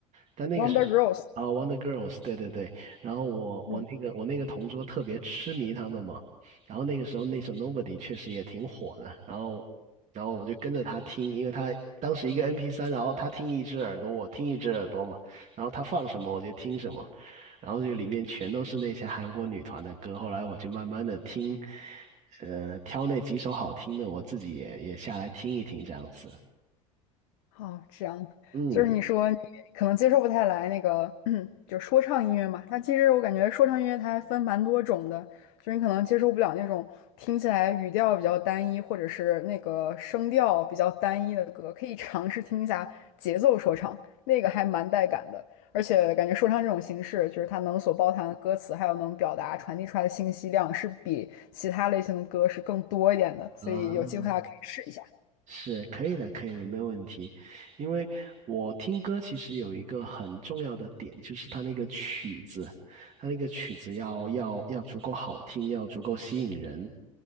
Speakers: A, on the right; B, on the left.
A: 但那个时候啊，Wonder
B: ，Wonder Girls，
A: Girls，对对对。然后我我那个我那个同桌特别痴迷他们嘛，
B: 嗯。
A: 然后那个时候那首 Nobody 确实也挺火的，然后然后我就跟着他听，因为他当时一个 MP3，然后他听一只耳朵，我听一只耳朵嘛，然后他放什么我就听什么。然后就里面全都是那些韩国女团的歌。后来我就慢慢的听，呃，挑那几首好听的，我自己也也下来听一听这样子。
B: 哦，这样的，
A: 嗯。
B: 就是你说你可能接受不太来那个，<clears throat> 就说唱音乐嘛。它其实我感觉说唱音乐它还分蛮多种的，就是你可能接受不了那种听起来语调比较单一，或者是那个声调比较单一的歌，可以尝试听一下节奏说唱，那个还蛮带感的。而且感觉说唱这种形式，就是它能所包含的歌词，还有能表达传递出来的信息量，是比其他类型的歌是更多一点的，所以有机会大家可以试一下。
A: 啊，是可以的，可以的，没有问题。因为我听歌其实有一个很重要的点，就是它那个曲子，它那个曲子要要要足够好听，要足够吸引人，